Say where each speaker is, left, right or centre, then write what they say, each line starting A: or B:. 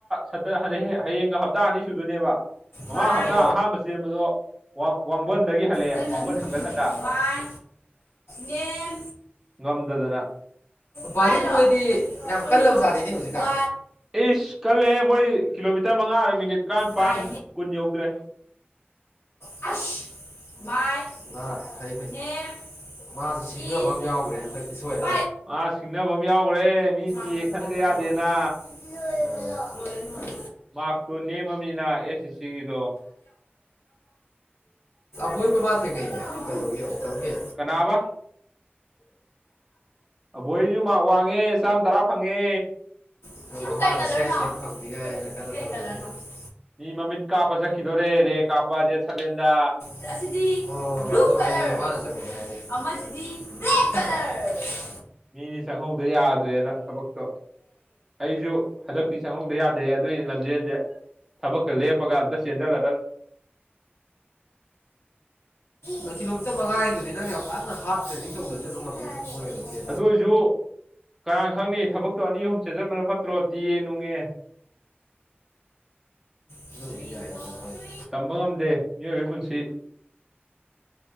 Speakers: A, in the centre; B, on the left.
A: ꯍꯇꯥ ꯍꯌꯦꯡꯒ ꯍꯞꯇꯥ ꯑꯅꯤ ꯁꯨꯗꯣꯏꯅꯦꯕ ꯃꯃꯥꯡ
B: ꯃꯥꯏ
A: ꯍꯞꯇꯥ ꯑꯍꯥꯟꯕ ꯆꯦꯟꯕꯗꯣ ꯋꯥꯡꯕꯟꯗꯒꯤ ꯍꯜꯂꯛꯑ
B: ꯅꯪ
A: ꯋꯥꯡꯒꯠ
B: ꯅꯃꯤꯡ
A: ꯍꯟꯒꯠ
B: ꯈꯨꯝꯃꯤꯅꯦ
A: ꯍꯟꯗ
B: ꯃꯥꯏ ꯅꯦꯝ
A: ꯉꯝꯗꯗꯅ
B: ꯚꯔꯠ ꯃꯣꯏꯗꯤ ꯌꯥꯝ ꯀꯜꯂꯕ ꯁꯥꯠꯂꯤꯅꯦ ꯍꯧꯖꯤꯛꯀꯥ
A: ꯏꯁ ꯀꯜꯂꯦ ꯃꯣꯏ ꯀꯤꯂꯣꯃꯤꯇꯔ ꯃꯉꯥꯔ ꯃꯤꯅꯤꯠ ꯇꯔꯥꯅꯤꯄꯥꯟ
B: ꯃꯥꯏ
A: ꯀꯨꯟ ꯌꯧꯗ꯭ꯔꯦ
B: ꯍꯥꯁ ꯥꯏ ꯐ ꯐ ꯃꯥꯁꯨ ꯁꯤꯡꯖꯕ ꯑꯃ ꯌꯥꯎꯈ꯭ꯔꯦ ꯍꯟꯗꯛꯁ ꯊꯣꯛꯣꯏꯗ
A: ꯃꯥ ꯁꯤꯡꯅꯕ ꯑꯃ ꯌꯥꯎꯈ꯭ꯔꯦ ꯃꯤ ꯇꯤꯌꯦ
B: ꯄꯥꯏꯂꯣꯠ
A: ꯈꯟꯗ ꯌꯥꯗꯦꯅ
B: ꯂꯣꯏꯔꯦ ꯂꯣꯏꯔꯦ ꯂꯣꯏꯔꯦ
A: ꯃꯥꯔꯛꯇꯣ ꯅꯦꯝꯃꯃꯤꯅ ꯑꯦꯁ ꯑꯦꯁ ꯁꯤꯒꯤꯗꯣ
B: ꯕꯣꯏ ꯃꯃꯥ ꯊꯦꯡꯅꯩꯌꯦ ꯀꯩꯗꯧꯒꯤꯣ ꯇꯧꯒꯤ
A: ꯀꯅꯥꯕ ꯑꯕꯣꯏꯁꯨ ꯋꯥꯡꯉꯦ ꯆꯥꯝ ꯇꯔꯥ ꯐꯪꯉꯦ
B: ꯊꯛ
A: ꯃꯤ ꯃꯃꯤꯠ ꯀꯥꯞꯄ ꯆꯠꯈꯤꯗꯣꯔꯦ ꯔꯦ ꯀꯥꯞꯄꯗꯦ ꯁꯕꯦꯟꯗ
B: ꯁꯤ ꯁꯤ
A: ꯃꯤ ꯑꯅꯤ ꯆꯪꯍꯧꯗ ꯌꯥꯗ꯭ꯔꯦꯅ ꯊꯕꯛꯇꯣ ꯑꯩꯖꯨ ꯍꯟꯗꯛꯇꯤ ꯆꯪꯍꯧꯗ ꯌꯥꯗꯦ ꯑꯗꯨꯏꯅꯦ ꯂꯝꯖꯦꯜꯖꯦ ꯊꯕꯛꯀ ꯂꯦꯞꯄꯒ ꯑꯝꯇ ꯆꯦꯟꯖꯜꯂꯗꯝꯅꯤ
B: ꯅꯣꯏ ꯀꯤꯂꯣꯃꯤꯇꯔ ꯃꯉꯥꯒꯤꯗꯨꯅꯤ ꯅꯪ ꯌꯥꯝ ꯀꯟꯅ ꯍꯥꯔꯠ ꯇ꯭ꯔꯦꯅꯤꯡ ꯇꯧꯗ꯭ꯔꯁꯨ ꯑꯗꯨꯝ ꯉꯝꯅꯤ <unintelligible>
A: ꯑꯗꯨꯏꯖꯨ ꯀꯥꯅ ꯈꯪꯅꯤ ꯊꯕꯛꯇꯣ ꯑꯅꯤ ꯑꯍꯨꯝ ꯆꯦꯟꯖꯟꯕꯅ ꯐꯠꯇ꯭ꯔꯣ ꯗꯤꯌꯦ ꯅꯨꯡꯉꯦ
B: <unintelligible>
A: ꯇꯝꯕ ꯉꯝꯗꯦ ꯃꯤꯑꯣꯏꯕꯒꯤ ꯄꯨꯟꯁꯤ